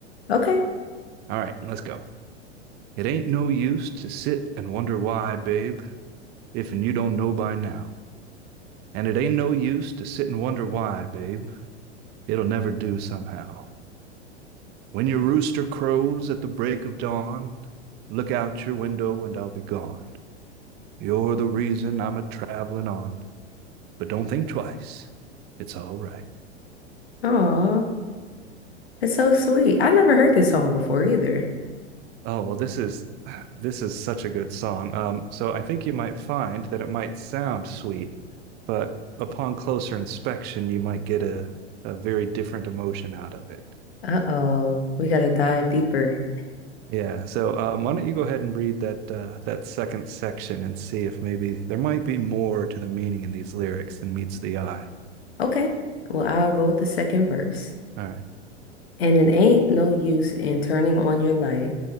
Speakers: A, on the left (about 60°); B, on the right (about 30°).
A: Okay.
B: All right, let's go. It ain't no use to sit and wonder why, babe. if and you don't know by now. And it ain't no use to sit and wonder why, babe. It'll never do somehow. When your rooster crows at the break of dawn, look out your window and I'll be gone. You're the reason I'm a traveling on, but don't think twice. It's all right.
A: Aw, that's so sweet. I never heard this song before either.
B: Oh, well, this is this is such a good song. Um, so I think you might find that it might sound sweet, but upon closer inspection, you might get a, a very different emotion out of it.
A: Uh-oh, we gotta dive deeper.
B: Yeah. So, um, why don't you go ahead and read that uh, that second section and see if maybe there might be more to the meaning in these lyrics than meets the eye.
A: Okay. Well, I'll go with the second verse.
B: All right.
A: And it ain't no use in turning on your light,